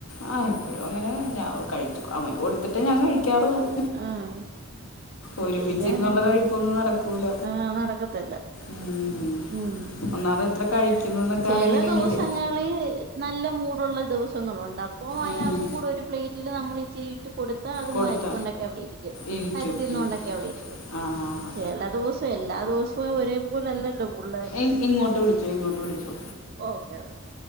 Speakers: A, on the left (about 80°); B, on the right (about 45°).
A: ആ ഇപ്പോഴും അങ്ങനെ ഞ കഴിച്ചു അവന് കൊടുത്തിട്ടേ ഞാൻ കഴിക്കാറുള്ളൂ
B: ആഹ
A: ഒരുമിച്ചിരുന്നുള്ള
B: ചെയ്യാന
A: കഴിപ്പൊന്നും നടക്കൂല
B: ആഹ നടക്കത്തില്ല
A: ഉം.
B: ഉം
A: ഒന്നാമത് എത്ര കഴിക്കുന്നു എന്നൊക്കെ
B: ചില
A: അറിയണമെങ്കിലേ
B: ദിവസങ്ങളിൽ നല്ല മൂടുള്ള ദിവസങ്ങളുണ്ട് അപ്പം അയാക്കും
A: ഉം.
B: കൂടെ ഒരു പ്ലേറ്റിൽ നമ്മൾ ഇച്ചിരി ഇട്ട് കൊടുത്താൽ അത്
A: കൊടുത്ത
B: മരിക്കും ണ്ടാക്കി അവിടെ ഇരിക്കും
A: ഇരിക്കും
B: കാര്ത്തിൽ നിന്ന്
A: ഉം.
B: കൊണ്ടാക്കെ അവിടെയിരിക്കും
A: ആ ആ ആ
B: ചില ദിവസം എല്ലാ ദിവസവും ഒരേപോലെ അല്ലല്ലോ പള്ളോര്
A: ഇ- ഇങ്ങോട്ട് വിളിച്ചോ ഇങ്ങോട്ട് വിളിച്ചോ
B: ഓക്കെ ഓക്കെ